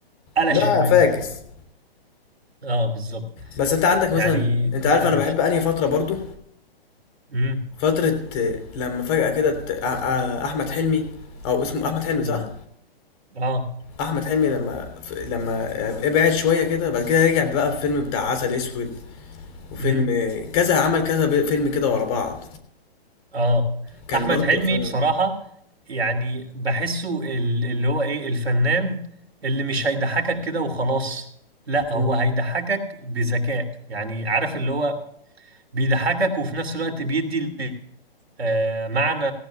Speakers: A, on the right; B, on the left.
A: قلشت
B: لا
A: مني
B: فاكس
A: شوية اه بالظبط
B: بس انت عندك
A: يعني
B: مثلا
A: دي
B: انت عارف
A: قلشت
B: انا بحب انهي فترة برضو
A: امم
B: فترة آه، لما فجأة كده ت- آه، آه، احمد حلمي او اسمه احمد حلمي
A: امم
B: صح
A: اه
B: احمد حلمي لما ف- لما ابعد شوية كده بعد كده رجع بقى بفيلم بتاع عسل اسود وفيلم
A: امم
B: آه، كذا عمل كذا ب- فيلم كده ورا بعض
A: اه
B: كان
A: احمد
B: برضو
A: حلمي
B: كان-
A: بصراحة يعني بحسه ال- اللي هو ايه الفنان اللي مش هيضحكك كده وخلاص لا
B: مم.
A: هو هيضحكك بذكاء يعني عارف اللي هو بيضحكك وفي نفس الوقت بيدي آه، معنى